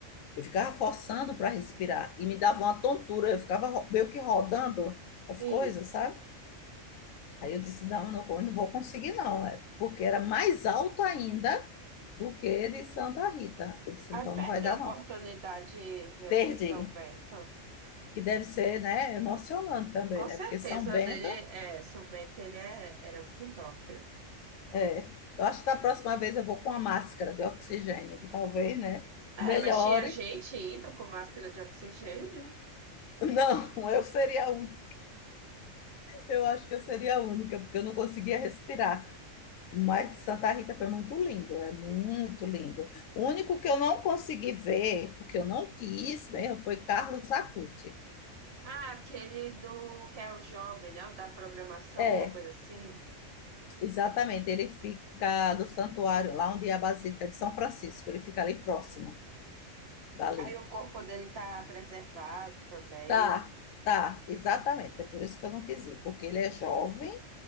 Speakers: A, on the left (about 80°); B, on the right (about 55°).
A: Eu ficava forçando para respirar e me dava uma tontura, eu ficava ro- meio que rodando as
B: Sim.
A: coisas, sabe? Aí eu disse, não, eu não, co- eu não vou conseguir não, é porque era mais alto ainda do que de Santa Rita. Eu disse,
B: Aí
A: então
B: perdeu
A: não vai dar
B: a
A: não.
B: oportunidade viu,
A: Perdi,
B: de São Bento.
A: que deve ser, né, emocionante também,
B: Com
A: né?
B: certeza
A: Porque São Bento,
B: o dele é, São Bento ele é, era muito top.
A: é. Eu acho que da próxima vez eu vou com a máscara de oxigênio, que talvez, né,
B: É,
A: melhore.
B: mas tinha gente indo com máscara de oxigênio.
A: <laughs> Não, eu seria a ú- eu acho que eu seria a única, porque eu não conseguia respirar. Mas Santa Rita foi muito lindo, é muito lindo. O único que eu não consegui ver, porque eu não quis mesmo, foi Carlos Acuti.
B: Ah, aquele do que é o jovem, né? O da programação,
A: É,
B: alguma coisa assim.
A: exatamente, ele fica do santuário, lá onde é a Basílica de São Francisco, ele fica ali próximo dali.
B: Aí o corpo dele tá preservado também.
A: Tá, tá, exatamente, é por isso que eu não quis ir, porque ele é jovem,